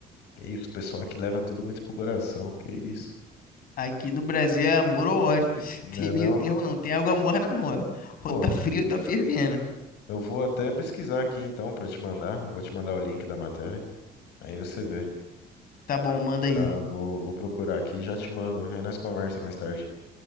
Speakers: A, on the left; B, on the left.
A: Que isso, o pessoal que leva tudo muito pro coração, que isso,
B: Aqui no Brasil é amor ou ódio, <laughs>
A: né
B: não tem meio
A: não?
B: termo, não tem água morna, não, ó.
A: Pô,
B: Ou tá frio ou tá fervendo.
A: Eu vou até pesquisar aqui então para te mandar. Eu vou te mandar o link da matéria. Aí você vê,
B: Tá bom, manda aí.
A: tá? Eu vou, vou procurar aqui e já te mando. Aí nós conversa mais tarde.